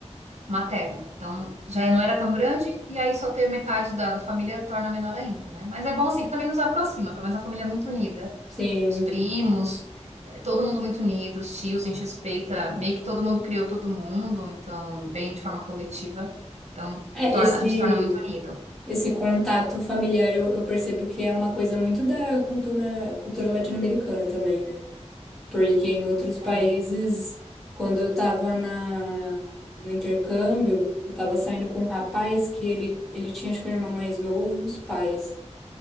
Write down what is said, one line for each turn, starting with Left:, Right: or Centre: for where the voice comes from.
Right: materna. Então, já não era tão grande, e aí só ter metade da, da família torna menor ainda, né? Mas é bom assim, também nos aproxima, pelo menos a família é muito unida
Centre: sim.
Right: os primos, é, todo mundo muito unido, os tios, a gente respeita, meio que todo mundo criou todo mundo, então, bem de forma coletiva. Então,
Centre: É,
Right: torna,
Centre: esse,
Right: a gente torna muito unido.
Centre: esse contato familiar eu, eu percebo que é uma coisa muito da cultura, cultura latino-americana também, né? Porque em outros países,
Right: É,
Centre: quando eu tava na, no intercâmbio, eu tava saindo com um rapaz que ele, ele tinha, acho que um irmão mais novo e os pais.